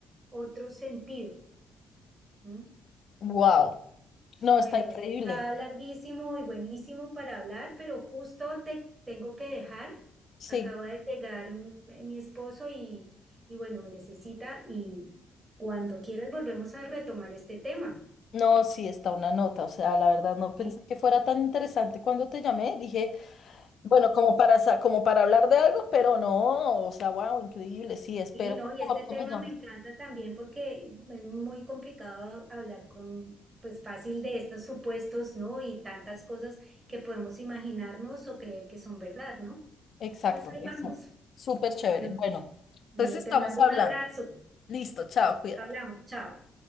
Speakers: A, on the right; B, on the left.
A: otro sentido. ¿m?
B: wow, no,
A: Bueno,
B: está increíble,
A: está larguísimo y buenísimo para hablar, pero justo te tengo que dejar.
B: sí,
A: Acaba de llegar m- mi esposo y, y bueno, me necesita y cuando quieras volvemos a retomar este tema.
B: no, sí, está una nota, o sea, la verdad no pensé
A: Sí,
B: que fuera tan interesante cuando te llamé, dije, bueno, como para, sa- como para hablar de algo, pero no, o sea, wow, increíble, sí, espero
A: sí, ¿no?
B: por
A: Y
B: favor
A: este tema
B: que me llames.
A: me encanta también porque es muy complicado hablar con, pues fácil de estos supuestos, ¿no? Y tantas cosas que podemos imaginarnos o creer que son verdad, ¿no?
B: Exacto,
A: Entonces ahí
B: exacto,
A: vamos.
B: súper chévere,
A: Bueno,
B: bueno, entonces
A: bueno,
B: estamos
A: te mando
B: hablando,
A: un abrazo.
B: listo, chao, cuídate.
A: Hablamos, chao.